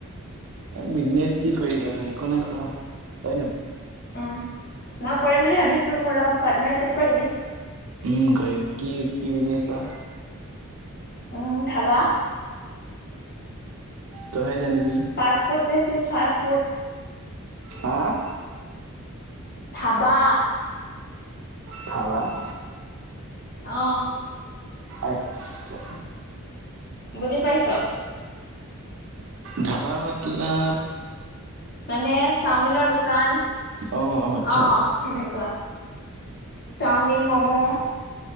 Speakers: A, on the right; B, on the left.
A: বিজনেচ কি কৰি আৰু একো নাই খোৱা তই নো?
B: অ, মই কৰিম বুলি ভাবিছো মোৰ লগত পাৰ্টনাৰচপ কৰিবি।
A: ফোন কৰিম কি কি বিকনেছ বা
B: উম ধাবা।
A: তইহে জানিবি।
B: পাষ্টফুড বেচিম পাষ্টফুড
A: অ, '
B: থাবা।
A: নাইবা। <unintelligible>
B: অ
A: আত্ছা।
B: বুজি পাইছ।
A: ধাবা মাতলব
B: মানে চাওমিনৰ দোকান
A: অ আচ্ছা
B: অ
A: আচ্ছা
B: সেনেকুৱা চাওমিন মম'।